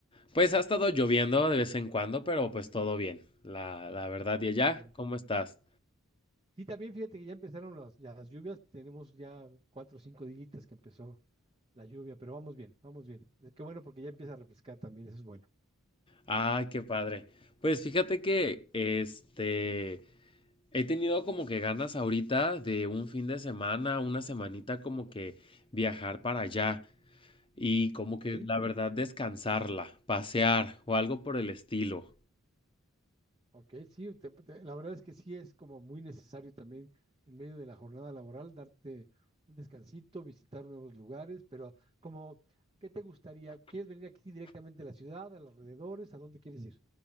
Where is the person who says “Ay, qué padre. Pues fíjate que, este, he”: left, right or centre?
Left